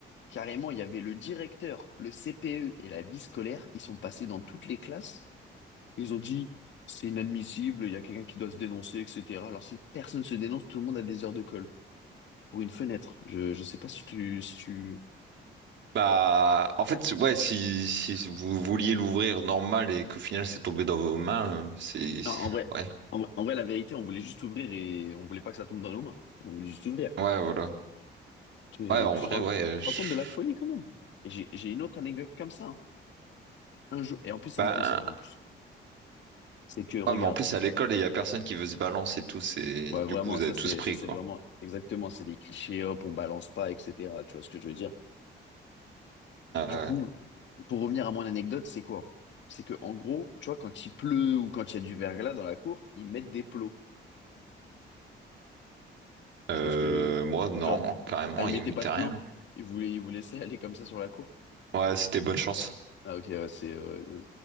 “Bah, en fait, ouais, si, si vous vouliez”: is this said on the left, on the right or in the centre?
Right